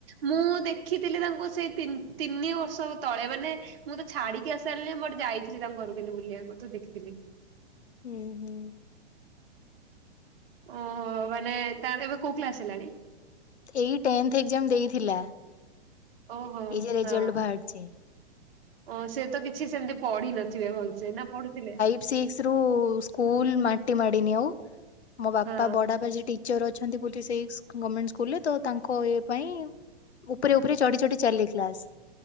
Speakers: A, on the right; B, on the left.
A: ମୁଁ ଦେଖିଥିଲି ତାଙ୍କୁ ସେଇ ତିନ୍ ତିନି ବର୍ଷ ତଳେ ମାନେ ମୁଁ ତ ଛାଡିକି ଆସିସାରଲି ବଟ୍ ଯାଇଥିଲି ତାଙ୍କ ଘରକୁ ଏମତି ବୁଲିବାକୁ ତ ଦେଖିଥିଲି।
B: ଉଁହୁଁ।
A: ଓହୋ ମାନେ ତା ଏବେ କୋଉ କ୍ଲାସ ହେଲାଣି?
B: ଏଇ ଟେନଥ୍ ଏଗଜାମ ଦେଇଥିଲା।
A: ଓହୋ
B: ଏଇ ଯେ ରେଜଲ୍ଟ
A: ହଁ
B: ବାହାରିଛି
A: ଓ ସେ ତ କିଛି ସେମିତି ପଢିନ ଥିବେ ଭଲସେ ନା ପଢୁଥିଲେ?
B: ସିକ୍ସରୁ ସ୍କୁଲ ମାଟି ମାଡିନି ଆଉ ମୋ ବାପା
A: ହଁ।
B: ବଡବାପା ଯିଏ ଟି ଚର ଅଛନ୍ତି ବୋଲି ସେଇ ସ୍ ଗମେଣ୍ଟ ସ୍କୁଲରେ ତ ତାଙ୍କ ଏ ପାଇଁ ଉପରେ ଉପରେ ଚଢି ଚଢି ଚାଲେ କ୍ଲାସ